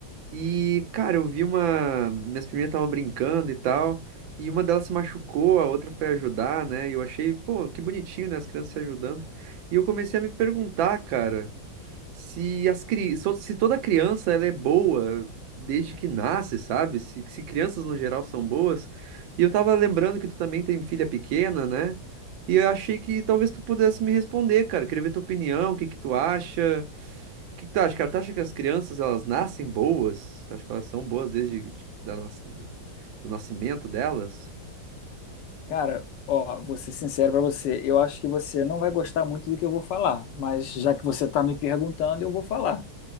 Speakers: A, on the right; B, on the left.
A: E, cara, eu vi uma. Minhas priminhas estavam brincando e tal. E uma delas se machucou, a outra foi ajudar, né? E eu achei, pô, que bonitinho, né? As crianças se ajudando. E eu comecei a me perguntar, cara. Se as cri... so- se toda criança ela é boa desde que nasce, sabe? Se, se crianças no geral são boas. E eu tava lembrando que tu também tem filha pequena, né? E eu achei que talvez tu pudesse me responder, cara. Queria ver tua opinião, o que que tu acha? O que que tu acha, cara? Tu acha que as crianças elas nascem boas? Tu acha que elas são boas desde de- da nas- do, do nascimento delas?
B: Cara, ó, vou ser sincero pra você, eu acho que você não vai gostar muito do que eu vou falar, mas já que você tá me perguntando, eu vou falar.